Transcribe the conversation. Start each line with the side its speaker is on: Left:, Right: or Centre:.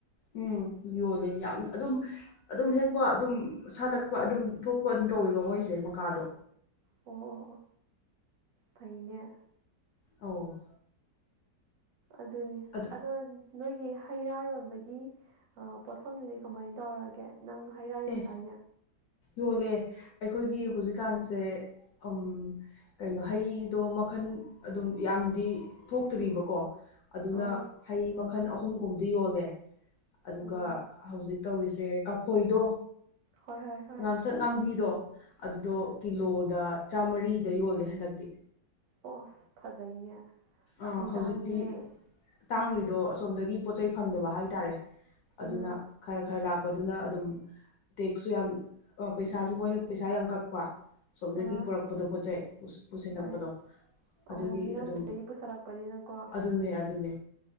Left: ꯎꯝ ꯌꯣꯜꯂꯦ ꯌꯥꯝꯅ ꯑꯗꯨꯝ ꯑꯗꯨꯝ ꯍꯦꯛꯄ ꯑꯗꯨꯝ ꯁꯥꯠꯂꯛꯄ ꯑꯗꯨꯝ ꯊꯣꯛꯄ ꯑꯗꯨꯝ ꯇꯧꯋꯦꯕ ꯃꯣꯏꯁꯦ ꯃꯀꯥꯗꯣ
Right: ꯑꯣ ꯑꯣ ꯑꯣ ꯐꯩꯅꯦ
Left: ꯑꯧ
Right: ꯑꯗꯨꯅꯤ
Left: ꯑꯗꯨ
Right: ꯑꯗꯣ ꯅꯣꯏꯒꯤ ꯍꯩ ꯔꯥ ꯌꯣꯟꯕꯒꯤ ꯄꯣꯠꯐꯝꯗꯨꯗꯤ ꯀꯃꯥꯏꯅ ꯇꯧꯔꯒꯦ ꯅꯪ ꯍꯩꯔꯥ ꯌꯣꯟꯗꯥꯏꯅꯦ
Left: ꯑꯦ ꯌꯣꯜꯂꯦ ꯑꯩꯈꯣꯏꯒꯤ ꯍꯧꯖꯤꯛꯀꯥꯟꯁꯦ ꯎ ꯀꯩꯅꯣ ꯍꯩꯗꯣ ꯃꯈꯜ ꯑꯗꯨꯝ ꯌꯥꯝꯗꯤ ꯊꯣꯛꯇꯣꯔꯤꯕꯀꯣ ꯑꯗꯨꯅ
Right: ꯑꯥ
Left: ꯍꯩ ꯃꯈꯜ ꯑꯍꯨꯝꯒꯨꯝꯕꯗꯤ ꯌꯣꯜꯂꯦ ꯑꯗꯨꯒ
Right: ꯎꯝ
Left: ꯍꯧꯖꯤꯛ ꯇꯧꯔꯤꯁꯦ ꯀꯐꯣꯏꯗꯣ
Right: ꯍꯣꯏ ꯍꯣꯏ ꯍꯣꯏ
Left: ꯑꯉꯥꯡꯁꯪ ꯉꯥꯡꯕꯤꯗꯣ ꯑꯗꯨꯗꯣ
Right: ꯑꯁ
Left: ꯀꯤꯂꯣꯗ ꯆꯥꯃꯔꯤꯗ ꯌꯣꯜꯂꯦ ꯍꯟꯗꯛꯇꯤ
Right: ꯑꯣꯁ ꯐꯖꯩꯅꯦ ꯇꯥꯡꯗꯤ
Left: ꯑꯥ
Right: ꯇꯥꯡꯉꯤꯍꯦ
Left: ꯍꯧꯖꯤꯛꯇꯤ
Right: ꯎꯝ
Left: ꯇꯥꯡ꯭ꯔꯤꯗꯣ ꯑꯁꯣꯝꯗꯒꯤ ꯄꯣꯠ ꯆꯩꯩ ꯐꯪꯗꯕ ꯍꯥꯏꯇꯥꯔꯦ
Right: ꯎꯝ
Left: ꯑꯗꯨꯅ ꯈꯔ ꯈꯔ ꯂꯥꯛꯄꯗꯨꯅ ꯑꯗꯨꯝ ꯇꯦꯛꯁꯁꯨ ꯌꯥꯝ ꯄꯩꯁꯥꯁꯨ ꯃꯣꯏꯅ ꯄꯩꯁꯥ ꯌꯥꯝ ꯀꯛꯄ ꯁꯣꯝꯗꯒꯤ
Right: ꯑꯥ
Left: ꯄꯨꯔꯛꯄꯗꯣ ꯄꯣꯠ ꯆꯩ ꯄꯨꯁꯤꯜꯂꯛꯄꯗꯣ
Right: ꯍꯣꯏ
Left: ꯑꯗꯨꯒꯤ
Right: ꯑꯣ ꯃꯤꯔꯝꯗꯒꯤ
Left: ꯑꯗꯨꯝ
Right: ꯄꯨꯁꯜꯂꯛꯄꯅꯤꯅꯀꯣ
Left: ꯑꯗꯨꯅꯦ ꯑꯗꯨꯅꯦ